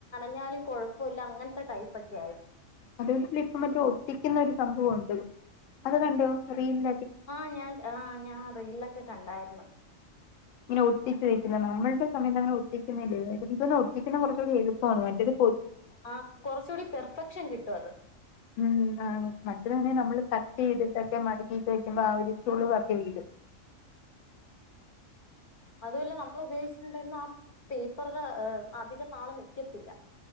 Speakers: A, on the left (about 45°); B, on the left (about 75°).
A: ഞ്ഞാലും കുഴപ്പവില്ല അങ്ങൻത്തെ ടൈപ്പൊക്കെയായി
B: അതോണ്ട് ഇപ്പം മറ്റേ ഒട്ടിക്കുന്ന ഒരു സംഭവൊണ്ട് അത് കണ്ടോ റീലി
A: ആ ഞാൻ ആ ഞാൻ റീൽലൊക്കെ കണ്ടായിര്ന്ന്.
B: ഇങ്ങനെ ഒട്ടിച്ച് വെയ്ക്കുന്ന നമ്മൾടെ സമയത്തങ്ങനെ ഒട്ടിക്കുന്നില്ല ഇപ്പ ഒട്ടിക്കുന്ന കൊറച്ചൂടി എളുപ്പാണ് മറ്റെത്
A: ആ കൊറച്ചൂടി പെർഫെക്ഷൻ കിട്ടും അത്
B: ഉം ആണ്, മറ്റതാണെ നമ്മള് കട്ട് ചെയ്തിട്ടൊക്കെ മടക്കിട്ട് വെക്കുമ്പോ ആ ഒരു ചുളിവൊക്കെ വീഴും.
A: അതുവല്ല നമ്മൾ ഉപയോഗിച്ചിട്ടിണ്ടായിർന്ന ആ പേപ്പററ് അധികം നാള് നിക്കത്തില്ല